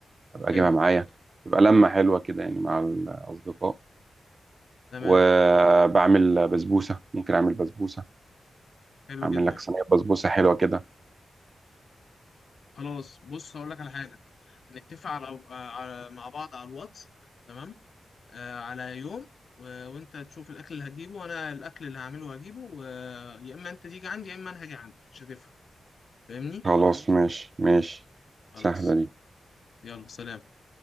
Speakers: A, on the right; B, on the left.
A: ابقى اجيبها
B: حلو
A: معايا تبقى لمه حلوه كده يعني مع الاصدقاء
B: تمام
A: وبعمل بسبوسه ممكن اعمل بسبوسه
B: حلو
A: هعمل
B: جدا
A: لك صينية بسبوسة حلوة كده
B: خلاص بص هقول لك على حاجه نتفق على, آه، على مع بعض على الواتس تمام آه على يوم و... وانت تشوف الاكل اللي هتجيبه وانا الاكل اللي هعمله هجيبه و... يا اما انت تيجي عندي يا اما انا هاجي عندك مش هتفرق فاهمني
A: خلاص ماشي ماشي
B: خلاص
A: سهلة دي
B: يلا سلام